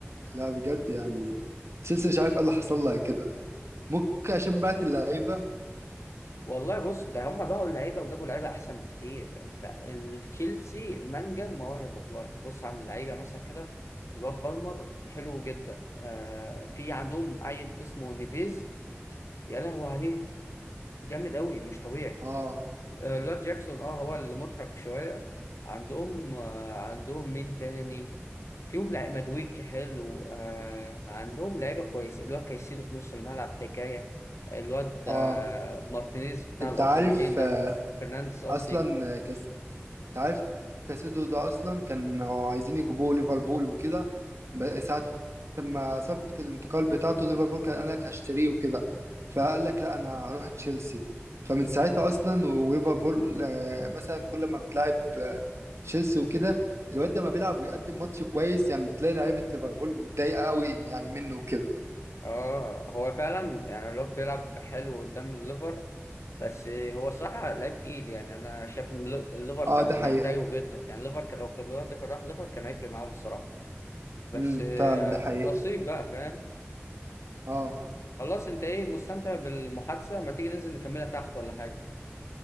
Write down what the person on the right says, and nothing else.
لا بجد يعني تشيلسي مش عارف ايه اللي حصل لها كده ممكن عشان بعت اللعيبه
اه
اه
انت
عارف
آه،
اصلا آه، كاس انت عارف كاسيدو ده اصلا كانوا عايزين يجيبوه ليفربول وكده ب- ساعة لما صفقة الانتقال بتاعته ليفربول كان قال لك هشتريه وكده فقال لك لا انا هروح تشيلسي فمن ساعتها اصلا وليفربول آه، مثلا كل ما بتلعب آه، تشيلسي وكده الواد ده ما بيلعب ويقدم ماتش كويس يعني تلاقي لعيبة ليفربول متضايقة قوي يعني منه وكده
اه
ده حقيقة
امم
فعلا ده حقيقة
اه